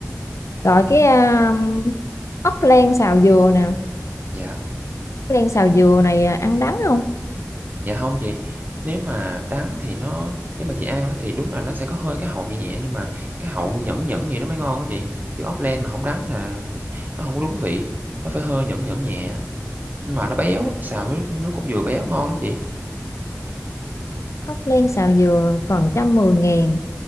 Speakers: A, on the left (about 65°); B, on the right (about 35°).
A: rồi cái um, ốc len xào dừa nè ốc
B: Dạ.
A: len xào dừa này à, ăn đắng không
B: Dạ không chị, nếu mà đắng thì nó nếu mà chị ăn á thì đúng là nó sẽ có hơi cái hậu nhẹ nhẹ, nhưng mà cái hậu nhẫn nhẫn vậy nó mới ngon á chị, chứ ốc len mà không đắng là, nó không có đúng vị, nó phải hơi nhẫn nhẫn nhẹ, nhưng mà nó béo, xào với nước cốt dừa béo ngon lắm chị.
A: ốc len xào dừa phần trăm mười ngàn